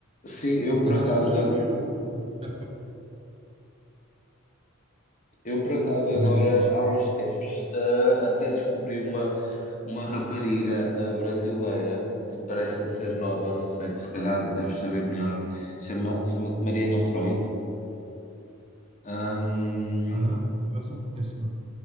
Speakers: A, on the left; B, on the right.
A: sim, eu
B: Se
A: por
B: calhar
A: acaso
B: arranjaria um- essa-
A: Eu, por acaso, agora,
B: mas diz, diz.
A: há uns tempos, ah, até descobri uma, uma rapariga ah, brasileira que parece-me ser nova, não sei, tu se calhar deves saber melhor. Chama, chama-se Mariana Frois. Ahm,
B: Ah, por acaso não conheço, não.